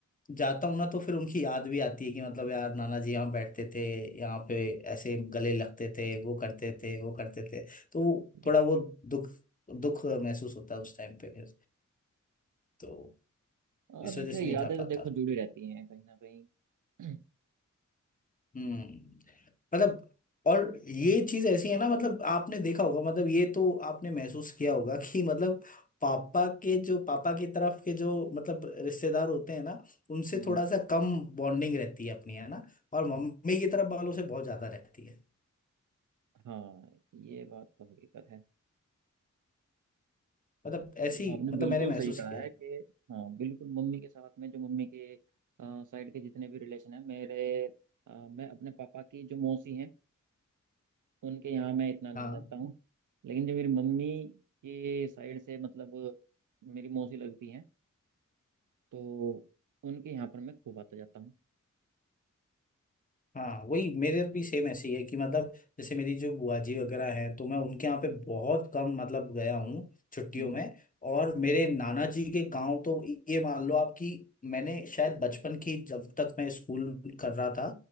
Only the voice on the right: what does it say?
बिल्कुल
बिल्कुल
हाँ
नहीं
खैर
यादें
तो
देखो जुड़ी रहती हैं कहीं ना कहीं हम्म
हम्म,
हाँ ये बात तो हकीकत है
ये तो आपने
बिल्कुल
सही कहा
है
कि हाँ बिल्कुल मम्मी के साथ में जो मम्मी के साइड के जितने भी रिलेशन है मेरे अ, मैं अपने पापा की जो मौसी हैं उनके यहाँ मैं इतना नहीं
जाता हूँ लेकिन जो मेरी मम्मी के साइड से मतलब मेरी मौसी लगती हैं तो उनके यहाँ पर मैं खूब आता जाता हूँ
हम्म
हम्म